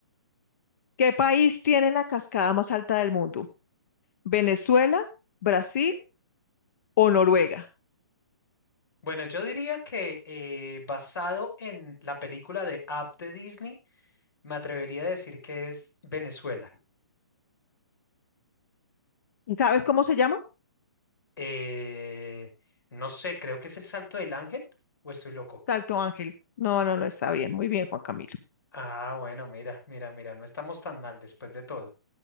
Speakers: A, on the left (about 50°); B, on the left (about 85°).
A: ¿Qué país tiene la cascada más alta del mundo? ¿Venezuela, Brasil o Noruega?
B: Bueno, yo diría que eh, basado en la película de Up de Disney, me atrevería a decir que es Venezuela.
A: ¿Sabes cómo se llama?
B: Eh, no sé, creo que es el Salto del Ángel o estoy loco.
A: Salto Ángel. No, no, no está bien. Muy bien, Juan Camilo.
B: Ah, bueno, mira, mira, mira, no estamos tan mal después de todo.